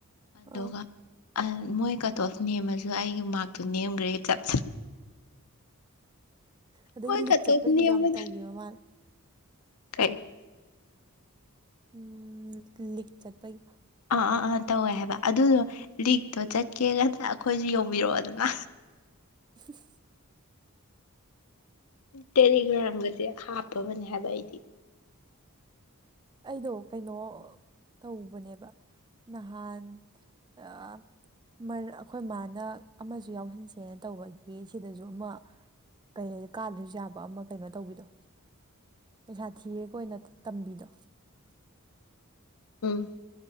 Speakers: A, on the left; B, on the right.
A: ꯑꯗꯨꯒ
B: ꯑꯥ
A: ꯑꯗꯨꯒ ꯃꯣꯏ ꯀꯠ ꯑꯣꯐ ꯅꯦꯝꯃꯁꯨ ꯑꯩꯒꯤ ꯃꯥꯔꯛꯇꯣ ꯅꯦꯝꯈ꯭ꯔꯦ ꯆꯞ
B: ꯑꯗꯒꯤ
A: ꯃꯣꯏ
B: ꯂꯤꯛ
A: ꯀꯠ
B: ꯆꯠꯄꯒꯤꯁꯨ
A: ꯑꯣꯐ ꯅꯦꯝꯕꯗ
B: ꯌꯥꯝ ꯇꯧꯒꯦꯕ ꯃꯥꯅꯦ
A: ꯀꯩ <unintelligible>
B: ꯎꯝ ꯂꯤꯈ ꯆꯠ ꯄꯒꯤ
A: ꯑꯥ ꯑꯥ ꯑꯥ ꯇꯧꯋꯦ ꯍꯥꯏꯕ ꯑꯗꯨꯗꯣ ꯂꯤꯔꯤꯛꯇꯣ ꯆꯠꯀꯦ ꯉꯅ ꯑꯩꯈꯣꯏꯁꯨ ꯌꯧꯕꯤꯔꯛꯑꯣꯗꯅ
B: <unintelligible>
A: ꯇꯦꯂꯤꯒ꯭ꯔꯥꯝꯒꯁꯦ ꯍꯥꯞꯄꯕꯅꯦ ꯍꯥꯏꯕ ꯑꯩꯗꯤ
B: ꯑꯩꯗꯣ ꯀꯩꯅꯣ ꯇꯧꯕꯅꯦꯕ ꯅꯍꯥꯟ ꯑ ꯑꯩꯈꯣꯏ ꯃꯥꯅ ꯑꯃꯁꯨ ꯌꯥꯎꯁꯟꯁꯦꯅ ꯇꯧꯕꯒꯤ ꯁꯤꯗꯁꯨ ꯑꯃ ꯀꯩ ꯀꯥꯗ꯭ꯔꯁꯨ ꯌꯥꯕ ꯑꯃ ꯀꯩꯅꯣ ꯇꯧꯕꯤꯗꯣ ꯄꯩꯁꯥ ꯊꯤꯔꯦ ꯀꯣꯅ ꯇꯝꯕꯤꯗꯣ
A: ꯎꯝ